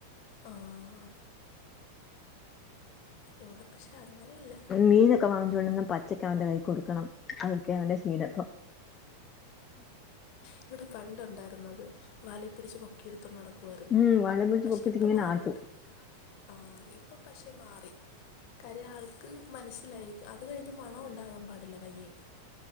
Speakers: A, on the left; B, on the left.
A: ആഹ് ഇവടെ പക്ഷെ അങ്ങനെയില്ല
B: മീനൊക്കെ വാങ്ങിച്ചൊണ്ടന്ന് പച്ചക്കവന്റെ കൈ കൊട്ക്കണം അതൊക്കെ അവന്റെ ശീലപ്പം
A: ഇവടെ പണ്ടുണ്ടായിരുന്നത് വാലെ പിടിച്ച് പൊ കിട്ത്തൊണ്ട് നടക്കുവായിര്ന്ന്
B: ഉം വല പിടിച്ച്
A: പക്ഷേ
B: പൊക്കിട്ട്
A: ഇപ്പം
B: ഇങ്ങനെ
A: മാറിയട്ടാ
B: ആട്ടും
A: ആഹ് ഇപ്പം പക്ഷെ മാറി. കാര്യം ആൾക്ക് മനസ്സിലായി അത് കഴിഞ്ഞ് മണൊണ്ടാകാൻ പാടില്ല കയ്യ്.